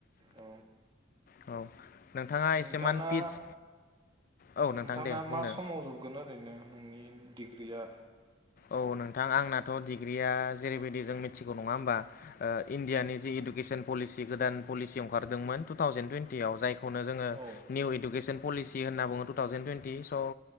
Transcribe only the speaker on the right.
औ
नोंथांना
नोंथांना
मा समाव जोबगोन ओरैनो। नोंनि डिग्रिया
औ